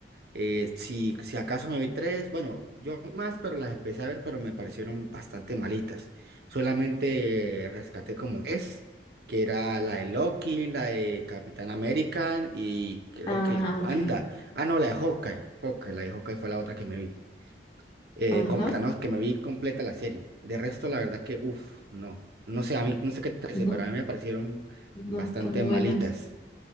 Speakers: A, on the right; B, on the left.
A: Eh, si, si acaso me vi tres, bueno, yo vi más, pero las empecé a ver, pero me parecieron bastante malitas. Solamente eh, rescaté como tres, que era la de Loki, la de Capitán América y creo
B: Ah,
A: que la de Wanda.
B: ok.
A: Ah, no, la de Hawkeye. Hawkeye, la de Hawkeye fue la otra que me vi. Eh,
B: Ajá.
A: completa, no, que me vi completa la serie. De resto, la verdad que, uff, no. No sé, a mí, no sé qué te parece,
B: No,
A: pero a mí me parecieron
B: no
A: bastante
B: están
A: malitas.
B: buenas.